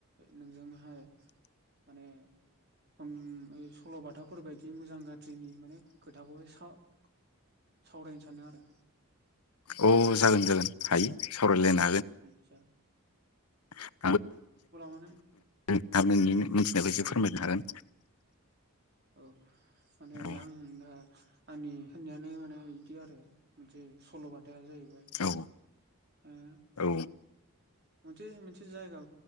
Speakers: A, on the right; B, on the left.
A: नोंजोंहाय माने ओम ओ सल'बाथाफोरबायदि मोजां गा थ्रेननि माने खोथाखौहाय सा-सावरायनो सानदो आरो।
B: औ जागोन जागोन हायो सावरायलायना
A: आतसा।
B: <unintelligible>
A: माने
B: नोंथांमोननि मोनथिनाय बायदि
A: औ
B: फोरमायनो हागोन।
A: औ माने
B: औ
A: आं दा आंनि होननायानो माने इदि आरो मोनसे सल'बाथायानो जाहै उए
B: औ
A: ओ
B: औ
A: मोनसे मोनसे जायगा